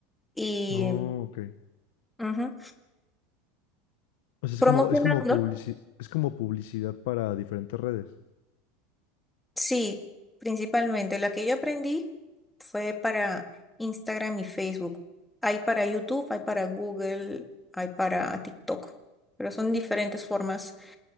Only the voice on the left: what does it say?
Oh, ok.
O sea, es
como, es como publici- es como publicidad para diferentes redes.